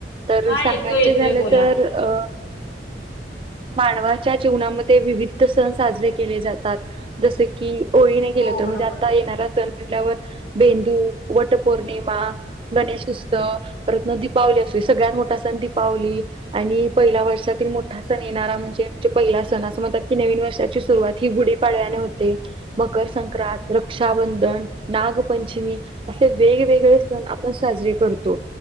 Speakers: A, on the right; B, on the left.
A: तर
B: हा
A: सांगायच
B: येतोय येतोय
A: झालं
B: बोला
A: तर अ मानवाच्या जीवनामध्ये विविध सण साजरे केले जातात. जसे की ओळीने केेलं
B: हो
A: तर
B: बरोबर
A: म्हणजे आता येणारा सण म्हटल्यावर बेंदूर, वटपौर्णिमा, गणेशोत्सव परत दीपावली असते. सगळ्यात मोठा सण दीपावली. आणि पहिल्या वर्षातील मोठा सण येणारा म्हणजे म्हणजे पहिला सण असं म्हणतात की नवीन वर्षाची सुरुवात ही गुढीपाडव्याने होते. मकर संक्रांत रक्षाबंधन, नागपंचमी, असे वेगवेगळे सण आपण साजरे करतो.